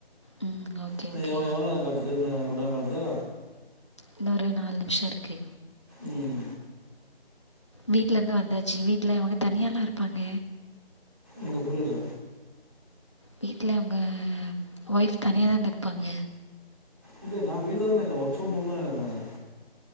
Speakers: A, on the left; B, on the right.
A: ம். ஓகே,
B: இன்னு
A: ஓகே.
B: எவ் எவ்ளோ நேரம் காட்டுது இன்னு கொஞ்ச நேரோ கட்டுதா
A: இன்னு ஒரு நாலு நிமிஷம் இருக்கு
B: ம்
A: வீட்ல இருந்து வந்தாச்சு வீட்ல அவுங்க தனியாலா இருப்பாங்க
B: எங்க புரில
A: வீட்ல உங்க ஒய்ஃப் தனியாதான இருப்பாங்க
B: இல்லையே நா வீட்ல தா இருக்க ஒர்க் ஃப்ரம் கோம் தா எனக்கு நானு